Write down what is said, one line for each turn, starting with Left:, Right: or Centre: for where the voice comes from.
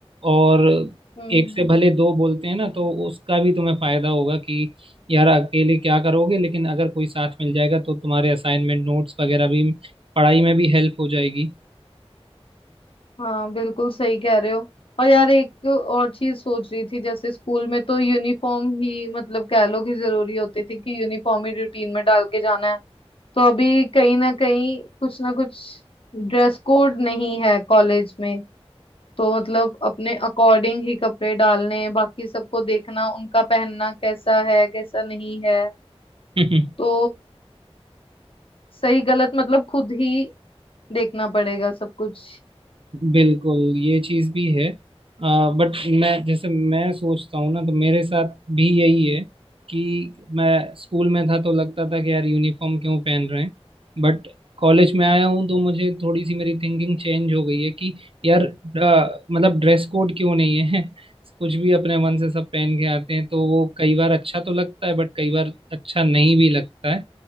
Right: और
Left: हम्म
Right: एक से भले दो बोलते हैं ना तो उसका भी तुम्हें फायदा होगा कि यार अकेले क्या करोगे लेकिन अगर कोई साथ मिल जाएगा तो तुम्हारे असाइनमेंट नोट्स वगैरह भी पढ़ाई में भी हेल्प हो जाएगी
Left: हाँ बिल्कुल सही कह रहे हो और यार एक और चीज सोच रही थी जैसे स्कूल में तो यूनिफॉर्म ही मतलब कह लो कि जरूरी होती थी कि यूनिफॉर्म ही रूटीन में डाल के जाना है तो अभी कहीं ना कहीं कुछ ना कुछ ड्रेस कोड नहीं है कॉलेज में तो मतलब अपने अकॉर्डिंग ही कपड़े डालने बाकी सबको देखना उनका पहनना कैसा है कैसा नहीं है
Right: हम्म <laughs>
Left: तो सही गलत मतलब खुद ही देखना पड़ेगा सब कुछ
Right: बिल्कुल ये चीज भी है बट मैं जैसे मैं सोचता हूँ ना तो मेरे साथ भी यही है कि मैं स्कूल में था तो लगता था कि यार यूनिफॉर्म क्यों पहन रहे हैं बट कॉलेज में आया हूँ तो मुझे थोड़ी सी मेरी थिंकिंग चेंज हो गई है कि यार अ, मतलब ड्रेस कोड क्यों नहीं है <laughs> कुछ भी अपने मन से सब पहन के आते हैं तो वो कई बार अच्छा तो लगता है बट कई बार अच्छा नहीं भी लगता है